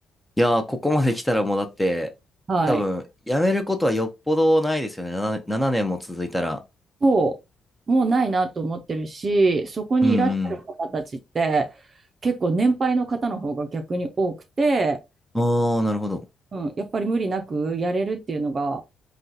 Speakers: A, in the centre; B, on the right (about 45°).
A: いやー、ここまで来たらもうだって、
B: はい。
A: 多分、やめることはよっぽどないですよね。7、7年も続いたら。
B: そう、もうないなと思ってるし、そこにいらっしゃる方たちって
A: うん
B: 結構年配の方の方が逆に多くて、
A: うん。ああ、なるほど。
B: うん、やっぱり無理なくやれるっていうのが